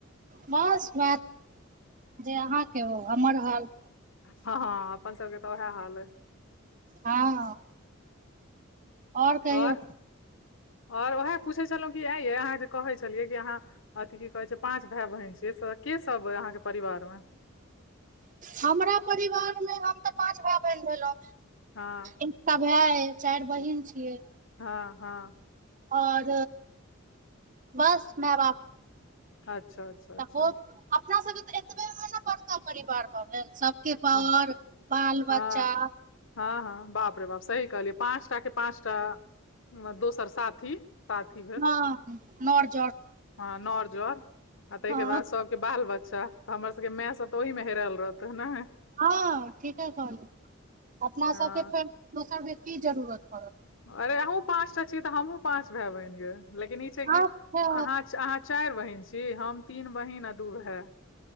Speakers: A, on the right; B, on the left.
A: बस <unintelligible> जे अहाँके ओ हमर हाॅल
B: हँ हँ अपन सबके तऽ उएह हाल अय
A: हँ और कहियौ
B: आओर आओर उएह पूछै छलौं कि आँ यै अहाँ जे कहै छलियै कि अहाँ अथि की कहै छै पाँच भाएय बहिन छै के सब अय अहाँ के परिवार मे
A: हमरा परिवार मे हम तऽ पाँच भाए बहिन भेलौं
B: हँ
A: एकटा भाए अई चार बहिन छियै
B: हँ हँ
A: आओर बस मैय बाप
B: अच्छा अच्छा अच्छा
A: तऽ अपना सबके तऽ एतबेमे न पड़ता परिवार भऽ गेल सब
B: हँ
A: <unintelligible> बाल बच्चा
B: हँ हँ हँ बाप रे बाप सही कहलियै पाँचटा के पाँचटा दोसर साथी साथी भेल
A: हँ हँ न र
B: हँ नर जर आ तैके
A: हँ
B: बाद सबके बाल बच्चा त हमर सबके माय सब तऽ ओहि मे हेरएल रहतै नाय
A: हँ ठीके कहली अपना सबके
B: हँ
A: फेर दोसर के की जरूरत पड़त
B: अरे अहूँ पांचटा छीयै तऽ हमहुँ पांच भाय बहिन य लेकिन ई छै कि
A: अच्छा
B: अहाँ अहाँ चारि बहिन छी हम तीन बहिन आ दू भाय